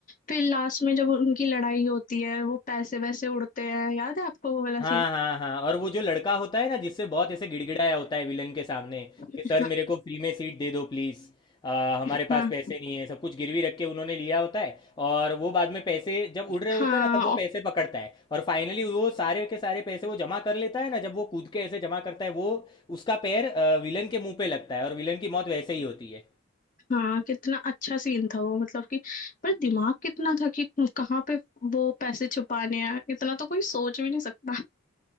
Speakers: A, on the left; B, on the left.
A: फिर लास्ट में जब उनकी लड़ाई होती है वो पैसे वैसे उड़ते हैं याद है आपको वो वाला
B: हाँ,
A: सीन
B: हाँ, हाँ और वो जो लड़का होता है ना जिससे बहुत ऐसे गिड़गिड़ाया होता है विलन के सामने कि
A: हाँ
B: सर मेरे को फ्री में सीट दे दो प्लीज़ हमारे
A: हाँ
B: पास पैसे नहीं है सब कुछ गिरवी रख के उन्होंने लिया होता है और वो बाद में पैसे जब उड़ रहे
A: हाँ
B: होते हैं ना तब वो पैसे पकड़ता है और फाइनली वो सारे के सारे पैसे वो जमा कर लेता है ना जब वो कूद के ऐसे जमा करता है वो उसका पैर विलन के मुंह पे लगता है और विलन की मौत वैसे ही होती है
A: हाँ कितना अच्छा सीन था वो मतलब कि पर दिमाग कितना था कि कहाँ पे वो पैसे छुपाने हैं इतना तो कोई सोच भी नहीं सकता